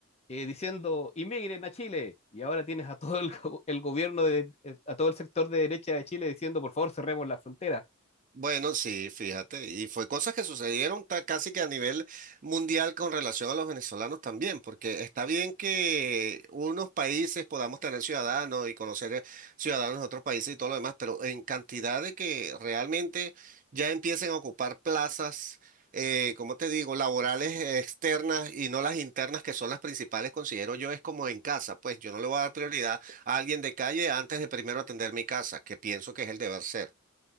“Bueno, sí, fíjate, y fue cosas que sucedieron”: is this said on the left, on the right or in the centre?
Right